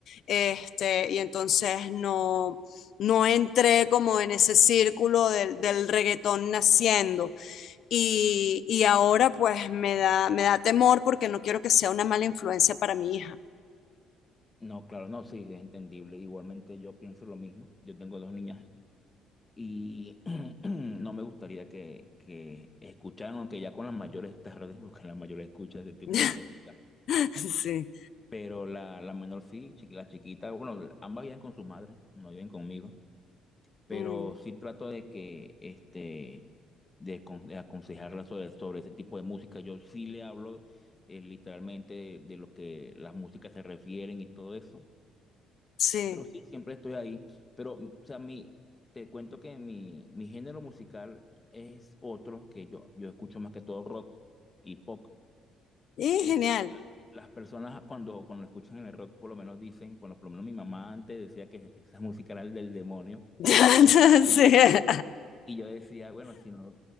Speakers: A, on the left; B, on the left.
A: este, y entonces no, no entré como en ese círculo del, del reggaetón naciendo. Y, y, ahora pues me da, me da temor porque no quiero que sea una mala influencia para mi hija.
B: No, claro, no, sí, es entendible. Igualmente yo pienso lo mismo. Yo tengo dos niñas y <clears throat> no me gustaría que, que escucharan, aunque ya con las mayores tarde, <laughs> porque la mayor escucha ese tipo
A: <laughs>
B: de música.
A: sí,
B: Pero la, la menor sí, chiqui- la chiquita, bueno, ambas viven con sus madres, no viven conmigo. pero
A: mm,
B: sí trato de que, este, de, con- de aconsejarla sobre, sobre ese tipo de música. Yo sí le hablo eh, literalmente de, de lo que las músicas se refieren y todo eso,
A: sí,
B: pero sí, siempre estoy ahí. Pero, mm, o sea, mi, te cuento que mi, mi género musical es otro que yo, yo escucho más que todo rock y pop.
A: y
B: Este,
A: genial.
B: las personas cuando, cuando escuchan el rock por lo menos dicen, bueno, por lo menos mi mamá antes decía que esa música era el del demonio.
A: <laughs>
B: Y,
A: sí.
B: y- y yo decía, bueno, si no,